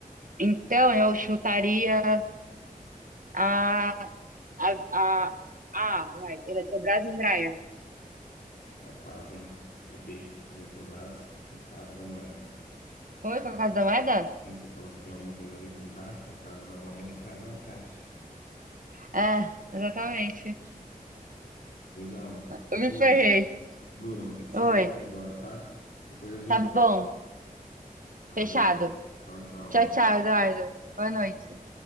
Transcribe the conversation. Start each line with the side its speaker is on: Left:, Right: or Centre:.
Right: Então, eu chutaria a, a, a, a, vai, Eletrobras e Embraer.
Left: Ela quase, hein? É B, Eletrobras e Casa da Moeda.
Right: Foi com a Casa da Moeda?
Left: E aí você falou que tem alguma coisa a ver com caixa, ó, Casa da Moeda é quase uma caixa.
Right: É, exatamente.
Left: 2 a 1. Ô,
Right: Eu
Left: Bruna.
Right: me ferrei.
Left: Bruna, vou ter que sair
Right: Oi.
Left: aqui agora, tá? Depois a gente
Right: Tá
Left: volta.
Right: bom.
Left: Valeu.
Right: Fechado.
Left: Tchau, tchau.
Right: Tchau,
Left: Boa
Right: tchau, Eduardo. Boa noite.